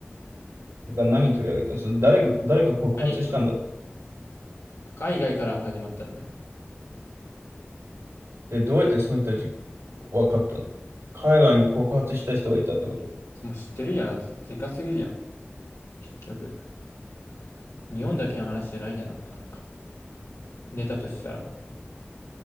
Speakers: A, on the right (about 85°); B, on the left (about 85°).
A: てか、何取り上げたのその誰が、誰が告発したんだ
B: 何言ってんの海外から始まったんだよ。
A: で、どうやってその人たち分かったの海外に告発した人がいたってこと
B: もう知ってるじゃん。だって、でかすぎるじゃん。結局。日本だけの話じゃないじゃん、なんか、かネタとしたら。